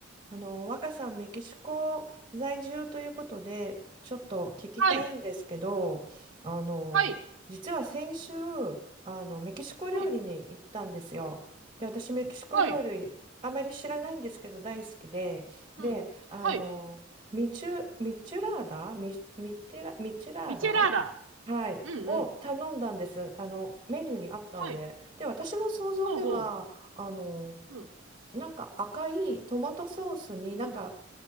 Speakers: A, on the right; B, on the right.
A: あの、若さん、メキシコ在住ということで、ちょっと聞きたいんですけど、
B: はい。
A: あの、
B: はい。
A: 実は先週、あの、メキシコ料理に行ったんですよ。
B: はい。
A: で、私、メキシコ料理、
B: はい。
A: あまり知らないんですけど、大好きで、で、
B: うん。
A: あの、
B: はい。
A: ミチュ、ミチュラーダ、ミ、ミテラ、ミチュラーダ、
B: ミチェラーダ。
A: はい、
B: うんうん。
A: を頼んだんです。あの、メニューにあったんで。
B: はい。
A: で、私の想像では、
B: ほうほう。
A: あの、
B: うん。
A: なんか赤いトマトソースになんか、
B: うん。